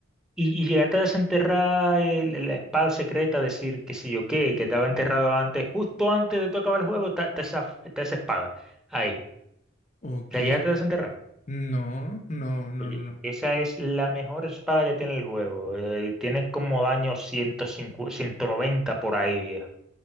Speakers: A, in the centre; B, on the left (about 40°).
A: y, y llegaste a desenterrar el- el- la espada secreta, decir que sí yo qué, que estaba enterrado antes, justo antes de tú acabar el juego, está está esa, está esa espada. Ahí,
B: Ok,
A: la llegaste a desenterrar.
B: No, no, no, no,
A: Oye,
B: no.
A: esa es la mejor espada que tiene el juego. eh, tiene como daño ciento cincuenta ciento noventa por ahí, viejo.